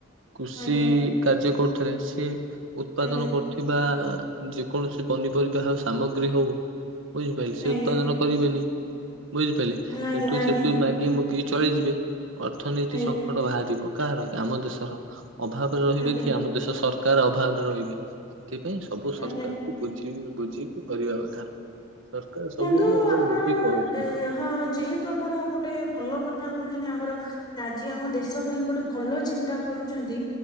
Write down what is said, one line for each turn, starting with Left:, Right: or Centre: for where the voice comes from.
Right: କୃଷି
Left: ଆଜ୍ଞା
Right: କାର୍ଯ୍ୟ କରୁଥିଲେ ସିଏ। ଉତ୍ପାଦନ
Left: ଆଜ୍ଞା
Right: କରୁଥିବା ଯେକୌଣସି ପନିପରିବା ହେଉ ଯେକୌଣସି ସାମଗ୍ରୀ ହଉ। ବୁଝିପାରିଲେ ସେ
Left: ଆଜ୍ଞା
Right: ଉତ୍ପାଦନ କରିବେନି। ବୁଝିପାରିଲେ,
Left: ଆଜ୍ଞା
Right: ଏଠୁ,
Left: ଆଜ୍ଞା
Right: ସେଠୁ ମାଗିକି। ମୁଗି ଚଳିଯିବେ ଅର୍ଥନୀତି
Left: ଆଜ୍ଞା
Right: ସଙ୍କଟ ବାହାରିବ। କାହାର ଆମ ଦେଶର। ଅଭାବ ରହିବେ
Left: ଆଜ୍ଞା
Right: କି ଆମ ଦେଶ ସରକାର ଅଭାବରେ ରହିବେ। ସେଥିପାଇଁ ସବୁ ସରକାର।
Left: ଆଜ୍ଞା
Right: ବୁଝି, ବୁଝିକି କରିବା କଥା। ସରକାର ସବୁ
Left: ବନ୍ଧୁ
Right: ବି ଆମର
Left: ଆପଣ,
Right: ବୁଝିକି କରୁଛନ୍ତି
Left: ହଁ ଯେହେତୁ ଆପଣ ଗୋଟେ। ଗୋଟେ ଭଲ କଥା କହୁଛନ୍ତି। ଆମର ରାଜ୍ୟ, ଆମ ଦେଶ ପାଇଁ ଗୋଟେ ଭଲ ଚିନ୍ତା କରୁଛନ୍ତି।